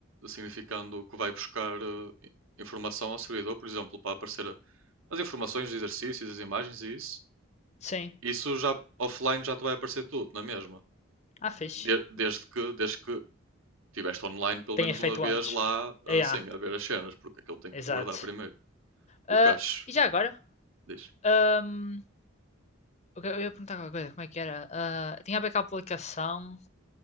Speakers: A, on the right; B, on the left.
A: significando que vai buscar eh, i- informação ao servidor, por exemplo, para aparecer as informações dos exercícios, as imagens e isso.
B: sim,
A: Isso já offline já te vai aparecer tudo, na mesma.
B: ah, fixe.
A: De- desde que, desde que tiveste online pelo
B: Tenhas
A: menos uma
B: feito
A: vez
B: antes.
A: lá,
B: É, ah,
A: assim,
B: yeah,
A: a ver as cenas, porque aquilo tem que
B: exato.
A: guardar primeiro. O
B: Ah,
A: cache,
B: e já agora?
A: diz.
B: ahm, eu ia perguntar alguma coisa, como é que era? Ah, tinha a ver com a aplicação.